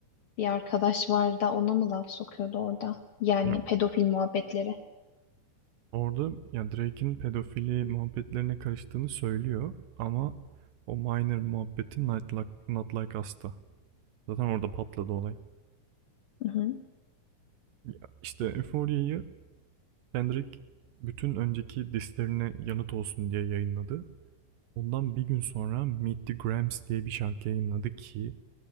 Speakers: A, on the left; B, on the right.
A: bir arkadaş var da ona mı laf sokuyordu orada? Yani
B: Yok.
A: pedofil muhabbetleri.
B: Orada ya Drake'in pedofili muhabbetlerine karıştığını söylüyor ama o minor muhabbeti Not Like, Not Like Us'ta. Zaten orada patladı olay.
A: Hı hı.
B: Ya işte Euphoria'yı Kendrick bütün önceki dislerine yanıt olsun diye yayınladı. Ondan bir gün sonra Meet the Grams diye bir şarkı yayınladı ki